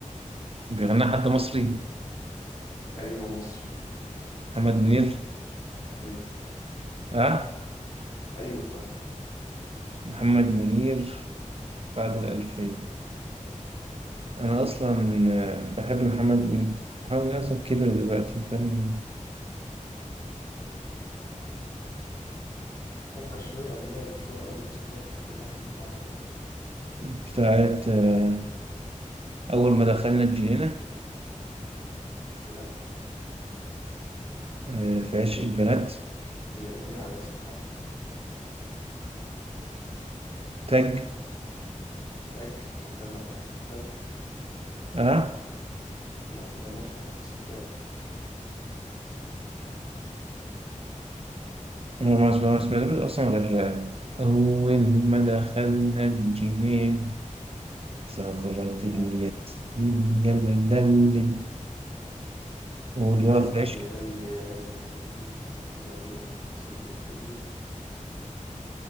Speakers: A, on the right (about 45°); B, on the left (about 25°).
A: بيغنى حد مصري
B: ايوه مصري
A: محمد منير
B: ايوه
A: اه
B: ايوه
A: محمد منير بعد الألفين أنا أصلا آه، بحب محمد منير محمد منير أصلا كبر دلوقتي كان
B: فكر شويه اغنيه مشهوره قوي الناس كلها بتحب اللحن بتاعها
A: بتاعت آه، أول ما دخلنا الجنينة
B: لا
A: آه، في عشق البنات
B: هي اغنيه على اسم حد
A: تاج
B: تاج وغنى لحد اسمه تاج
A: اه
B: لا ما غناش لحد اسمه تاج
A: هو ما ما ما سمعتوش أصلا غير آه، أول ما دخلنا الجنينة صغرت الياسمين
B: لا
A: يا لالي والواد
B: دي بتاعت
A: في
B: اه
A: عشق
B: يا للي يا للي يا للي لا كل عيون الصوت يخيل